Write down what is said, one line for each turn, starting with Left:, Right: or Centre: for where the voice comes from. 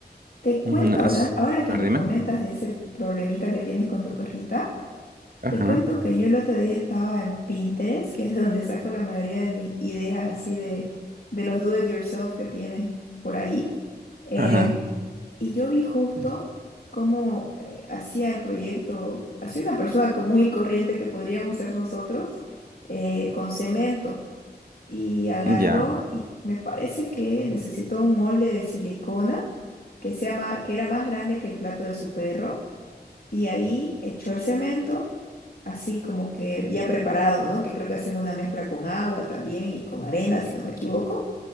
Left: Te cuento
Right: Ujú, as-
Left: hablando, ahora que
Right: a ver,
Left: me
Right: dime.
Left: comentas de ese problemita que tienes con tu perrita,
Right: Ajá,
Left: te cuento que yo el otro día estaba en Pinterest, que es de donde saco la mayoría de mis ideas así de, de los do it yourself que tienes por ahí. Em,
Right: ajá,
Left: y yo vi justo cómo eh, hacía el proyecto, hacía una persona común y corriente que podríamos ser nosotros, eh, con cemento. y agarró
Right: ya,
Left: y me parece que necesitó un molde de silicona que, sea ma- que era más grande que el plato de su perro y ahí echó el cemento, así como que ya preparado, ¿no? Que creo que hacen una mezcla con agua también y con arena, si no me equivoco.